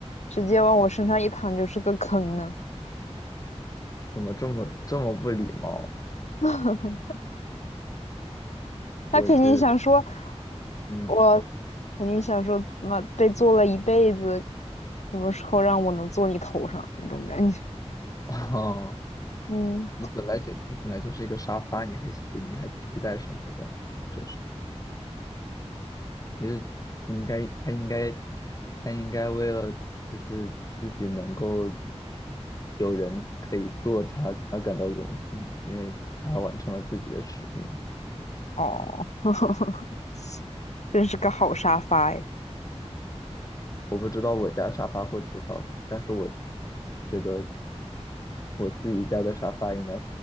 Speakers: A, on the left; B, on the left.
A: 直接往我身上一躺就是个坑呢。
B: 怎么这么这么不礼貌？
A: <laughs>
B: 我这，
A: 他肯定想说，
B: 嗯，
A: 我肯定想说，妈被做了一辈子，什么时候让我能坐你头上那种感觉。
B: <laughs> 哦，
A: <laughs> 嗯，
B: 你本来就你本来就是一个沙发，你还你还期待什么的？真是。就是应该他应该他应该为了就是自己能够有人可以做他而感到荣幸，因为他完成了自己的使命。
A: 哦，<laughs> 真是个好沙发哎，
B: 我不知道我家沙发会吐槽什么，但是我觉得我自己家的沙发应该